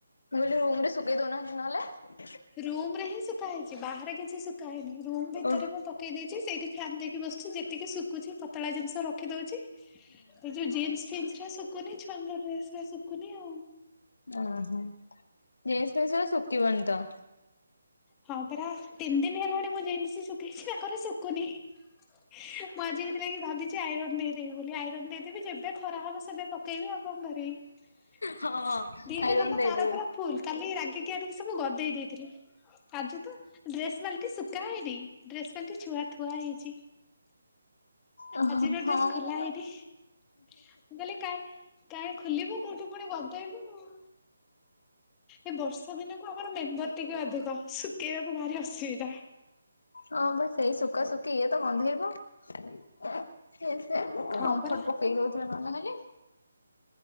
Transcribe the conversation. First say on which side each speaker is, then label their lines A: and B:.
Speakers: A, on the left; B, on the left.
A: ନହେଲେ ରୁମ୍ ରେ ଶୁଖେଇ ଦଉନାହାନ୍ତି ନହେଲେ?
B: ରୁମ ରେ ହିଁ ଶୁଖା ହେଇଛି ବାହାରେ କିଛି ଶୁଖା ହେଇନି ରୁମ ଭିତରେ
A: ହୁଁ
B: ମୁଁ ପକେଇ ଦେଇଛି ସେଇଠି ଫ୍ଯାନ୍ ଦେଇକି ଏଠି ବସିଚି ଯେତିକି ଶୁଖୁଛି ପତଳା ଜିନିଷ ରଖି ଦଉଛି ଏ ଯୋଉ ଜିନ୍ସ ଫିସ ଶୁଖୁନି ସାଙ୍ଗ ଡ୍ରେସ୍ ରା ଶୁଖୁନି ଆଉ।
A: ଓହୋ ଜିନ୍ସ ପ୍ୟାଣ୍ଟ ଗୁଡା ଶୁଖିବନି ତ।
B: ହଁ ପରା ତିନି ଦିନ ହେଲାଣି, ମୁଁ ଜିନ୍ସ ଶୁଖେଇଛି ତାଙ୍କର ଶୁଖୁନି। ମୁଁ ଆଜି ହେଇଥି ଲାଗି ଭାବିଛି ଆଇରନ୍ ଦେଇଦେବି ବୋଲି। ଆଇରନ ଦେଇଦେବି ଯେବେ ଖରା ହବ ଏବେ ପକେଇବି ଆଉ କଣ କରିବି।
A: ହଁ
B: ଦିଟା
A: ଆଇରନ୍
B: ଯାକ
A: ଦେଇଦେବି।
B: ତାର ପୁରା ଫୁଲ୍, କାଲି ରାଗିକି ଆଣିକି ସବୁ ଗଦେଇ ଦେଇଥିଲି। ଆଜି ତ ଡ୍ରେସ୍ ବାଲିଟି ଶୁଖା ହେଇନି, ଡ୍ରେସ୍ ବାଲିଟି ଛୁଆ ଥୁଆ ହେଇଛି।
A: ଓହୋ
B: ଆଜିର
A: ହଁ
B: ଡ୍ରେସ୍ ଖୋଲା
A: ମ
B: ହେଇନି। ମୁଁ କହିଲି କା କାହିଁ ଖୋଲିବୁ କୋଉଠୁ ପୁଣି ଗଦେଇବୁ। ଏ ବର୍ଷା ଦିନକୁ ଆମର ମେମ୍ବର ଟିକେ ଅଧିକ, ଶୁଖେଇବାକୁ ଭାରି ଅସୁବିଧା।
A: ହଁ ବା ସେଇ ଶୁଖା ଶୁଖି ଇଏ ତ ଗନ୍ଧେଇବ ସେ ସେ କମ୍ଫର୍ଟ
B: ହଁ ପରା
A: ପକେଇ ଧଉଥିବେ ନହେଲେ